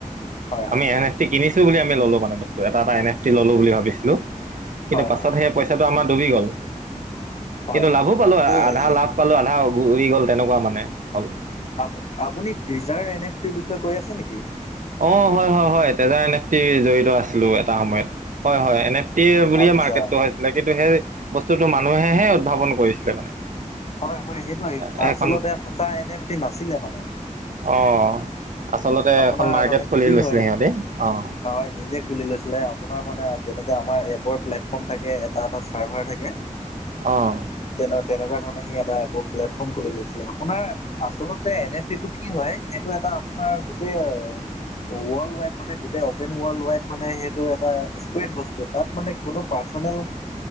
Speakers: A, on the left; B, on the right.
A: হয়
B: আমি এন এফ টি কিনি ছো বুলি আমি ললো মানে বস্তু এটা এটা এন এফটি ললো বুলি ভাবিছিলো কিন্তু
A: হয়
B: পাছত
A: হয়
B: সেই পইচাটো আমাৰ ডুবি গল
A: হয়
B: কিন্তু লাভো পালো
A: এই
B: আধা লাভ পালো আধা উৰি গ'ল তেনেকুৱা মানে হ'ল।
A: আপুনি পিজাৰ এন এফ টিৰ বিষয়ে কৈ আছে নেকি?
B: অ হয় হয় হয় তেজাৰ এনেফকি জড়িত আছিলো এটা সময়ত। হয় হয় এন এফ টি বুলিয়ে
A: আচ্ছা
B: মাৰ্কেটটো হৈছিলে কিন্তু সেই বস্তুটো মানুহেহে উদ্ভাৱন কৰিছিলে মানে।
A: হয় হয় সেইটোৱে
B: এ
A: আচলতে
B: এখন
A: সঁচা এন এফ টি নাছিলে মানে।
B: অঁ আচলতে এখন
A: আ
B: মাৰ্কেট
A: মানে
B: খুলি
A: কি
B: লৈছিলে
A: হয়
B: সিহঁতে অঁ
A: হয় নিজে খুলি লৈছিলে আপোনাৰ মানে যেনেকে আমাৰ এপৰ প্লেটফৰ্ম থাকে এটা এটা চাৰ্ভাৰ থাকে
B: অহ।
A: তেনে তেনেকুৱা ধৰণে সি এটা এপৰ প্লেটফৰ্ম খুলি লৈছিলে আপোনাৰ আচলতে এনেফটি'টো কি হয় সেইটো এটা এ আপোনাৰ গোটেই ৱৰ্ল্ড ৱাইড মানে গোটেই অপেন ৱৰ্ল্ড ৱাইড মানে সেইটো এটা স্পেৰেদ বস্তু তা'তমানে পাৰ্চনেল পাৰ্চনেল